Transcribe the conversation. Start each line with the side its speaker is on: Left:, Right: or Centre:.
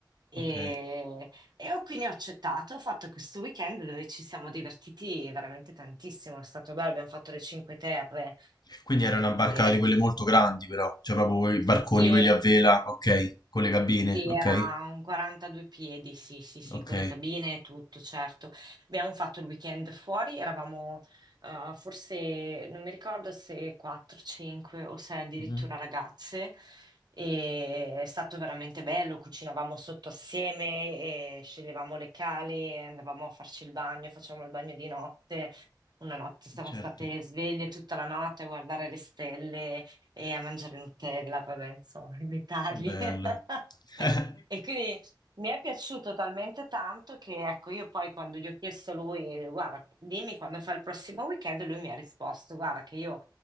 Right: E,
Left: ok.
Right: e ho quindi ho accettato, ho fatto questo weekend dove ci siamo divertiti veramente tantissimo, è stato bello, abbiamo fatto le Cinque Terre.
Left: Quindi
Right: Mm,
Left: era
Right: E-
Left: una barca
Right: e-
Left: di quelle molto grandi, però, cioè proprio quei barconi,
Right: sì,
Left: quelli a vela, ok, con le cabine,
Right: Sì,
Left: ok,
Right: era un 42 piedi, sì, sì, sì,
Left: ok.
Right: con le cabine e tutto, certo. Abbiamo fatto il weekend fuori, eravamo eh, forse, non mi ricordo se 4, 5 o 6 addirittura
Left: Mhm.
Right: ragazze, e è stato veramente bello, cucinavamo sotto assieme, e sceglievamo le cali, andavamo a farci il bagno, facevamo il bagno di notte. Una notte siamo
Left: Certo.
Right: state sveglie tutta la notte a guardare le stelle e a mangiare Nutella, vabbè, insomma, i dettagli.
Left: Che belle.
Right: <laughs>
Left: <laughs>
Right: E quindi mi è piaciuto talmente tanto che, ecco, io poi quando gli ho chiesto a lui, guarda, dimmi quando fa il prossimo weekend, lui mi ha risposto, guarda, che io